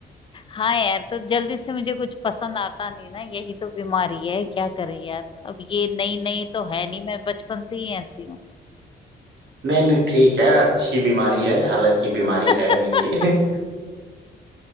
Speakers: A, on the left (about 30°); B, on the right (about 75°).
A: हाँ यार तो जल्दी से मुझे कुछ पसंद आता नहीं ना यही तो बीमारी है क्या करें यार अब ये नई नई तो है नहीं मैं बचपन से ही ऐसी हूँ
B: नहीं नहीं ठीक है अच्छी बीमारी है हालांकि बीमारी
A: <laughs>
B: है नहीं ये <laughs>